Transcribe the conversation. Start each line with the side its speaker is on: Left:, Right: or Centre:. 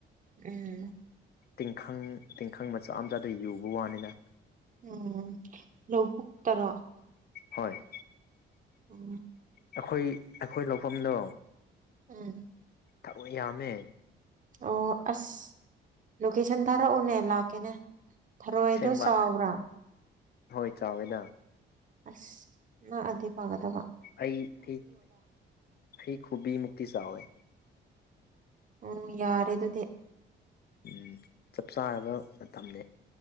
Right: ꯎꯝ
Left: ꯇꯤꯡꯈꯪ ꯇꯤꯡꯈꯪ ꯃꯆꯥ ꯃꯆꯥꯗ ꯌꯨꯕ ꯋꯥꯅꯤꯅ
Right: ꯎꯝ ꯂꯧꯕꯨꯛ ꯇꯔꯣ
Left: ꯍꯣꯏ
Right: ꯎꯝ
Left: ꯑꯩꯈꯣꯏ ꯑꯩꯈꯣꯏ ꯂꯧꯐꯝꯗꯣ
Right: ꯎꯝ
Left: ꯊꯕꯛ ꯌꯥꯝꯃꯦ
Right: ꯑꯣ ꯑꯁ ꯂꯣꯀꯦꯁꯟ ꯊꯥꯔꯛꯎꯅꯦ ꯂꯥꯛꯀꯦꯅꯦ ꯊꯔꯣꯏꯗꯣ
Left: ꯁꯦꯡꯕ
Right: ꯆꯥꯎꯕ꯭ꯔꯥ
Left: ꯍꯣꯏ ꯆꯥꯎꯋꯦꯗ
Right: ꯑꯁ ꯑꯗꯨꯗꯤ ꯐꯥꯒꯗꯕ
Left: ꯑꯩ ꯑꯩ ꯑꯩ ꯈꯨꯕꯤꯃꯨꯛꯇꯤ ꯆꯥꯎꯋꯦ
Right: ꯎꯝ ꯌꯥꯔꯦ ꯑꯗꯨꯗꯤ
Left: ꯎꯝ ꯆꯞ ꯆꯥꯔꯕ ꯃꯇꯝꯅꯦ